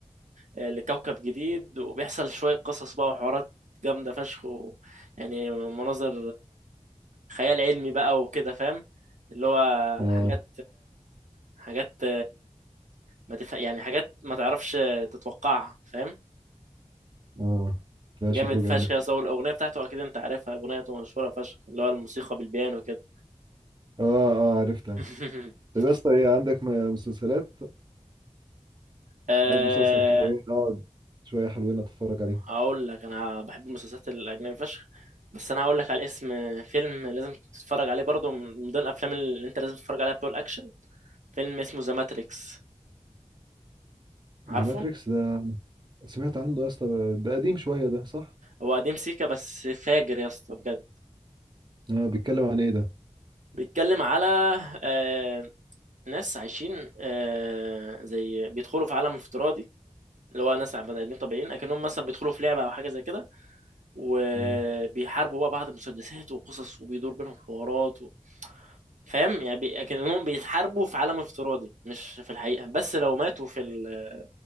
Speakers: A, on the right; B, on the right.
A: آه، لكوكب جديد وبيحصل شوية قصص بقى وحوارات جامدة فشخ و... يعني مناظر خيال علمي بقى وكده فاهم اللي هو
B: اه
A: حاجات حاجات ما تف... يعني حاجات ما تعرفش تتوقعها فاهم
B: اه لا
A: جامد
B: شكله
A: فشخ
B: جامد
A: يا صاحبي الاغنيه بتاعته اكيد انت عارفها اغنيته مشهوره فشخ اللي هو الموسيقى بالبيانو كده
B: اه اه عرفتها
A: <laughs>
B: طب يا اسطى ايه عندك م- مسلسلات
A: أه...
B: عايز مسلسل كده ايه اقعد شويه حلوين اتفرج عليه
A: هقول لك انا بحب المسلسلات الاجنبي فشخ بس انا هقول لك على اسم فيلم لازم تتفرج عليه برضو من ضمن الافلام اللي انت لازم تتفرج عليها بتوع الاكشن فيلم اسمه ذا ماتريكس عارفه
B: ذا ماتريكس ده سمعت عنه يا اسطى ده قديم شويه ده صح
A: هو قديم سيكا بس فاجر يا اسطى بجد
B: اه بيتكلم عن ايه ده
A: بيتكلم على آه، ناس عايشين آه، زي بيدخلوا في عالم افتراضي اللي هو ناس بني ادمين طبيعيين اكنهم مثلا بيدخلوا في لعبه او حاجه زي كده وبيحاربوا
B: مم.
A: بقى بعض المسدسات وقصص وبيدور بينهم حوارات و... فاهم يعني بي... اكنهم بيتحاربوا في عالم افتراضي مش في الحقيقه بس لو ماتوا في ال...